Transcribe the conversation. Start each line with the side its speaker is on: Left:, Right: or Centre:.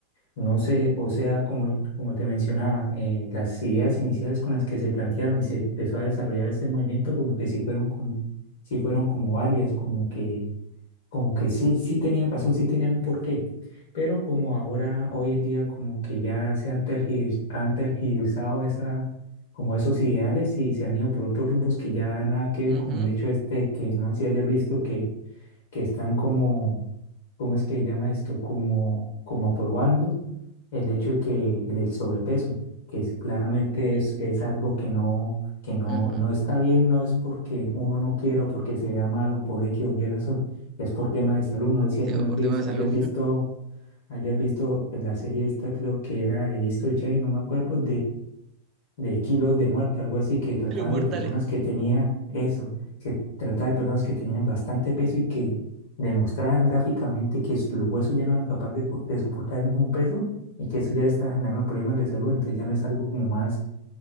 Left: no sé, o sea, como, como te mencionaba, eh, las ideas iniciales con las que se plantearon y se empezó a desarrollar este movimiento, como que sí fueron como, sí fueron como válidas, como que, como que sí, sí tenían razón, sí tenían un porqué. Pero como ahora, hoy en día, como que ya se han tergivers- han tergiversado esa, como esos ideales y se han ido por otros rumbos que ya nada que ver,
Right: ujú,
Left: como el hecho este que no sé si hayas visto que, que están como ¿cómo es que llama esto? Como, como aprobando el hecho de que del sobrepeso, que es- claramente es, es algo que no, que no,
Right: ujú.
Left: no está bien, no es porque uno no quiera o porque se vea mal o por X o Y razón, es por tema de salud. No sé si
Right: Sí,
Left: alguna
Right: pues, por
Left: vez
Right: tema de salud.
Left: hayas visto, hayas visto la serie esta, creo que era de History Channel, no me acuerdo, de kilos de muerte, algo así, que trataban
Right: <laughs> Los portales.
Left: de personas que tenían eso, que trataba de personas que tenían bastante peso y que demostraban gráficamente que s- los huesos ya no eran capaces de, co- de soportar el mismo peso y que eso ya le estaba generando problemas de salud, entonces ya no es algo como más,